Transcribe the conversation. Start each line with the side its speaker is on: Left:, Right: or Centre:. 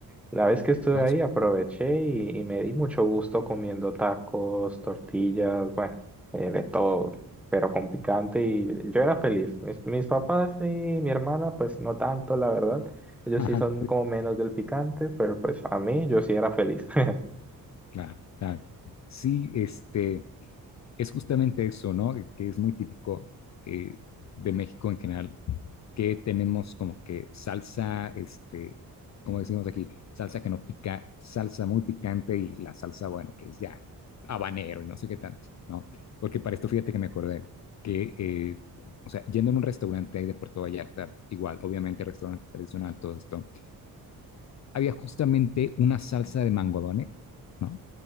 Centre: La vez que estuve
Left: Ah,
Centre: ahí
Left: súper.
Centre: aproveché y, y me di mucho gusto comiendo tacos, tortillas, bueno, eh, de todo, pero con picante y yo era feliz. Mis, mis papás y mi hermana, pues no tanto, la verdad. Ellos
Left: ajá.
Centre: sí son como menos del picante, pero pues a mí yo sí era feliz. <laughs>
Left: Claro, claro. Sí, este, es justamente eso, ¿no? E, Que es muy típico eh, de México en general, que tenemos como que salsa, este, como decimos aquí, salsa que no pica, salsa muy picante y la salsa, bueno, que es ya habanero y no sé qué tanto, ¿no? Porque para esto fíjate que me acordé que, eh, o sea, yendo en un restaurante ahí de Puerto Vallarta, igual, obviamente restaurante tradicional, todo esto, había justamente una salsa de mango habanero, ¿no?